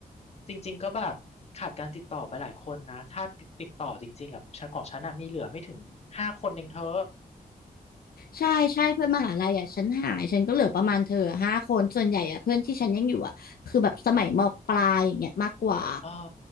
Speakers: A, on the left; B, on the left.
A: จริงๆก็แบบขาดการติดต่อไปหลายคนนะถ้าติดต่อจริงๆอ่ะฉันของฉันน่ะมีเหลือไม่ถึงห้าคนเองเธอ
B: ใช่ใช่เพื่อนมหาลัยอ่ะฉันหายฉันก็เหลือประมาณเธออะห้าคนส่วนใหญ่อ่ะเพื่อนที่ฉันยังอยู่อ่ะคือแบบสมัยมปลายอย่างเงี้ยมากกว่า
A: เออ